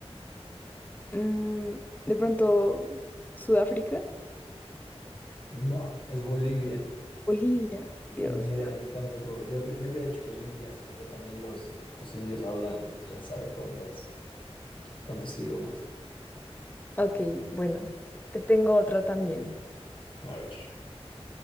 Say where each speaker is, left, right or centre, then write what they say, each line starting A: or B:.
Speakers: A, on the left; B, on the left.
A: Mm, de pronto, Sudáfrica,
B: No, es Bolivia.
A: Bolivia, Dios.
B: Ni idea, yo tampoco. Yo, cre- yo hubiera dicho que India, según yo también los, los indios hablan quién sabe cuántas, cuántos idiomas.
A: Ok, bueno, te tengo otra también.
B: A ver.